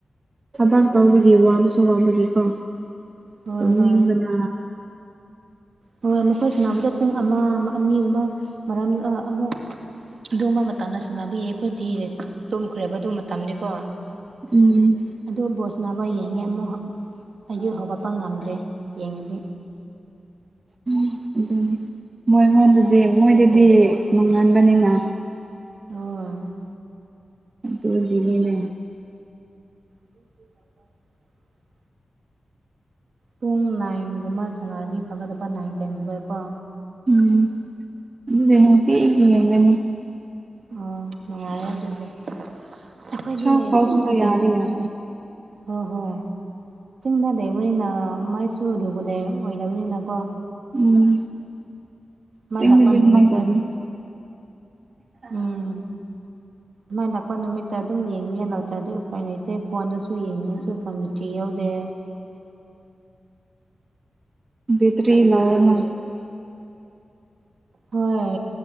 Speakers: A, on the right; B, on the right.
A: ꯊꯕꯥꯛ ꯇꯧꯕꯒꯤ ꯋꯥꯕꯁꯨ ꯋꯥꯕꯒꯤꯀꯣ
B: ꯍꯣꯏ
A: ꯇꯨꯝꯅꯤꯡꯕꯅ
B: ꯍꯣꯏ ꯍꯣꯏ ꯃꯈꯣꯏ ꯁꯅꯥꯅꯕꯗ ꯄꯨꯡ ꯑꯃ ꯑꯅꯤꯒꯨꯝꯕ ꯃꯔꯝ ꯑꯃꯨꯛ ꯑꯗꯨꯝꯕ ꯃꯇꯝꯗ ꯁꯥꯟꯕꯒꯤ ꯑꯩꯈꯣꯏꯗꯤ ꯇꯨꯝꯈ꯭ꯔꯦꯕ ꯑꯗꯨ ꯃꯇꯝꯗꯤꯀꯣ
A: ꯎꯝ
B: ꯑꯗꯨ ꯕꯣꯜ ꯁꯅꯕ ꯌꯦꯡꯉꯦ ꯑꯃꯨꯛ ꯑꯩꯌꯨ ꯍꯧꯒꯠꯄ ꯉꯝꯗ꯭ꯔꯦ ꯌꯦꯡꯉꯗꯤ
A: ꯎꯝ ꯑꯗꯨꯅꯤ ꯃꯣꯏꯉꯣꯟꯗꯗꯤ ꯃꯣꯏꯗꯗꯤ ꯅꯣꯉꯕꯅꯤꯅ
B: ꯑꯣ
A: ꯑꯗꯨꯒꯤꯅꯤꯅꯦ
B: <inaudible> ꯄꯨꯡ ꯅꯥꯏꯟꯒꯨꯝꯕ ꯁꯥꯅꯔꯑꯗꯤ ꯐꯒꯗꯕ ꯅꯥꯏꯟ ꯇꯦꯟꯒꯨꯝꯕꯗꯀꯣ
A: ꯎꯝ ꯑꯗꯨꯅꯦ ꯅꯨꯡꯇꯤꯒꯤ ꯌꯦꯡꯒꯅꯤ
B: ꯑꯣ ꯅꯨꯡꯉꯥꯏꯔꯦ ꯑꯗꯨꯗꯤ ꯑꯩꯈꯣꯏꯗꯤ
A: ꯁꯣꯛ ꯐꯥꯎꯁꯨ
B: ꯆꯤꯡꯗ ꯂꯩꯕ
A: ꯌꯥꯗꯤ ꯌꯥꯕꯅꯤ
B: ꯍꯣꯏ ꯍꯣꯏ ꯆꯤꯡꯅꯗꯕꯅꯤꯅ ꯃꯥꯏꯁꯨ ꯑꯗꯨꯨꯕꯗꯩ ꯑꯣꯏꯗꯕꯅꯤꯅ ꯀꯣ
A: ꯎꯝ ꯑꯁꯦꯡꯕꯗꯤ
B: ꯃꯥꯏꯗꯀ ꯅꯨꯃꯤꯠꯇ
A: ꯑꯗꯨꯃꯥꯏꯅ ꯇꯧꯕꯅꯤ
B: ꯎꯝ ꯃꯥꯏꯅ ꯂꯥꯛꯄ ꯅꯨꯃꯤꯠꯇ ꯑꯗꯨꯝ ꯌꯦꯡꯉ ꯌꯥ ꯂꯥꯛꯄ꯭ꯔ ꯑꯗꯨꯏ ꯎꯄꯥꯏ ꯂꯩꯇꯦ ꯐꯣꯟꯗꯁꯨ ꯌꯦꯡꯉꯉꯩꯁꯨ ꯐꯣꯟ ꯂꯤꯇ꯭ꯔꯤ ꯌꯎꯗꯦ
A: ꯕꯦꯇꯔꯤ ꯏꯂꯥꯎꯑꯣꯅ
B: ꯍꯣꯏ